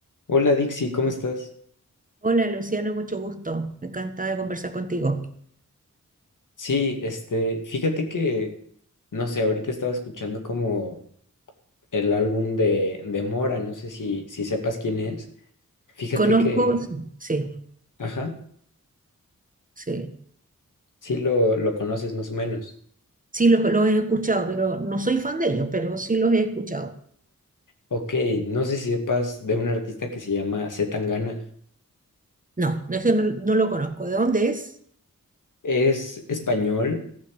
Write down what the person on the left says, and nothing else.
Hola Dixie, ¿cómo estás?
Sí, este, fíjate que, no sé, ahorita estaba escuchando como el álbum de, de Mora, no sé si, si sepas quién es. Fíjate
que,
ajá,
sí lo, lo conoces más o menos.
Ok, no sé si sepas de un artista que se llama C. Tangana.
Es español,